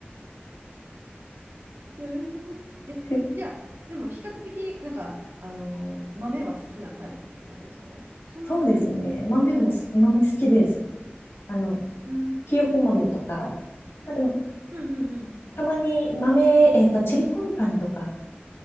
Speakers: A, on the right; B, on the left.
A: なるほどね。え、
B: <laughs>
A: じゃあ、でも比較的、なんか、あのー豆は好きなタイプって感じですかそんなこともなく、
B: そうですね。豆もす、
A: 枝豆。
B: 豆好きです。あの、
A: うん、
B: ひよこ豆とか、
A: うん、
B: まあでも、
A: うん、うんうん。
B: たまに豆、えっと、チリコンカンとか